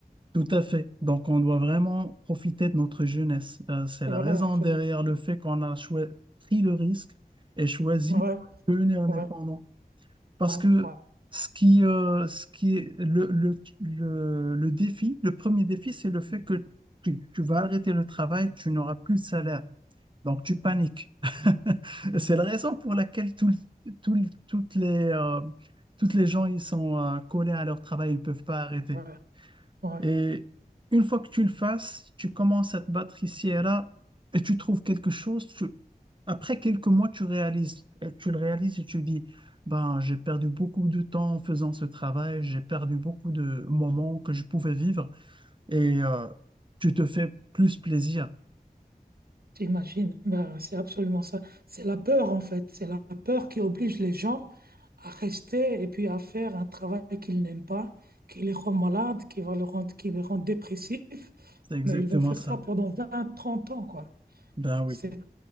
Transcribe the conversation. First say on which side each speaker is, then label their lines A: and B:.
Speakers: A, on the right (about 30°); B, on the right (about 75°).
A: tout à fait. Donc on doit vraiment profiter de notre jeunesse. Euh, c'est
B: Voilà,
A: la raison
B: absolument.
A: derrière le fait qu'on a choi- pris le risque et choisi
B: Ouais,
A: de devenir indépendant.
B: ouais,
A: Parce
B: ouais,
A: que
B: ouais,
A: ce qui, euh, ce qui est le, le, le, le défi, le premier défi, c'est le fait que tu, tu vas arrêter le travail, tu n'auras plus de salaire. Donc, tu paniques. <laughs> C'est la raison pour laquelle tout le- tout le- toutes les, euh, toutes les gens, ils sont euh, collés à leur travail, ils ne peuvent pas arrêter.
B: ouais, ouais.
A: Et une fois que tu le fasses, tu commences à te battre ici et là, et tu trouves quelque chose. tu- Après quelques mois, tu réalises, et tu le réalises et tu dis, ben, j'ai perdu beaucoup de temps en faisant ce travail, j'ai perdu beaucoup de moments que je pouvais vivre, et euh, tu te fais plus plaisir.
B: T'imagines? Ben, c'est absolument ça. C'est la peur, en fait. C'est la peur qui oblige les gens à rester et puis à faire un travail qu'ils n'aiment pas, qui les rend malades, qui va le rendre, qui les rend dépressifs.
A: C'est exactement
B: Mais ils vont faire
A: ça.
B: ça pendant vingt trente ans, quoi.
A: Ben oui,
B: C'est